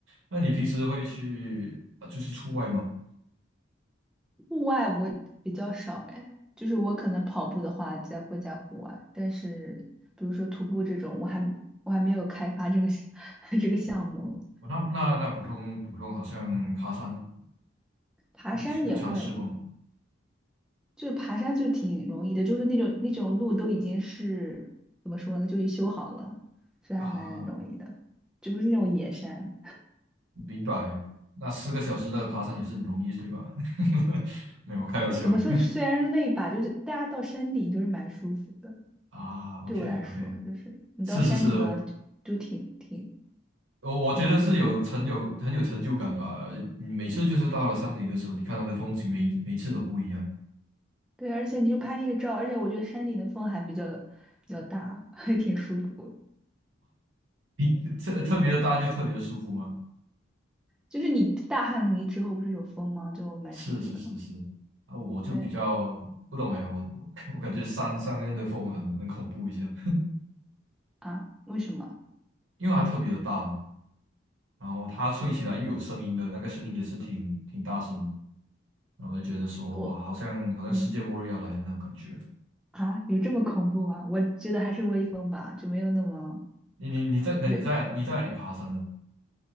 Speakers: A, on the right (about 75°); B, in the centre.
A: 那你平时会去，啊就是出外吗？
B: 户外我比较少哎，就是我可能跑步的话在会在户外，但是比如说徒步这种，我还我还没有开发这个 <laughs> 这个项目。
A: 哦那那那普通普通好像爬山呢，
B: 爬山也会，
A: 有有尝试过吗？
B: 就是爬山就挺容易的，就是那种那种路都已经是怎么说呢，就已修好了，所以还蛮容易的，
A: 啊，
B: 就不是那种野山。
A: 明白。那四个小时的爬山也是很容易，对吧？<laughs> 没有，我开玩笑的。
B: 怎么说，虽然累吧，就是大家到山顶就是蛮舒服的。
A: <laughs> 啊，OK
B: 对我来说，
A: OK，
B: 就是你到山顶啊，
A: 是是是，
B: 就就挺挺
A: 我我觉得是有成有很有成就感吧。
B: 挺舒服的。
A: 每次就是到了山顶的时候，你看到的风景每每次都不一样，
B: 对，而且你就拍那个照，而且我觉得山顶的风还比较比较大，<laughs> 还挺舒服。
A: 比特特别的大就特别的舒服嘛。
B: 就是你大汗淋漓之后不是有风吗？就蛮舒服的嘛。
A: 是是是是，啊，我就比较不懂哎，
B: 对
A: 我我 <laughs> 我感觉山上面的风很很恐怖一下，
B: 啊，为什么？
A: 因为它特别的大嘛，然后它吹起来又有声音的，那个声音也是挺挺大声的，然后我就觉得说哇，
B: 我。
A: 好像好像世界末日要来的那种感觉。
B: 嗯。啊，有这么恐怖吗？我觉得还是微风吧，就没有那么
A: 你你你在那你在你在哪里爬山呢？
B: 对。